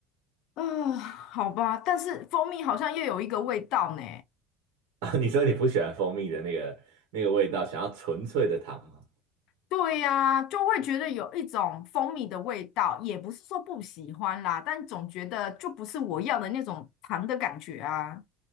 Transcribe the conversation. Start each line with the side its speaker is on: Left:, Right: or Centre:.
Left: 啊、好吧，但是蜂蜜好像又有一个味道呢。
Right: <laughs> 啊，你说你不喜欢蜂蜜的那个那个味道，想要纯粹的糖吗？
Left: 对呀、就会觉得有一种蜂蜜的味道，也不是说不喜欢啦，但总觉得就不是我要的那种糖的感觉啊。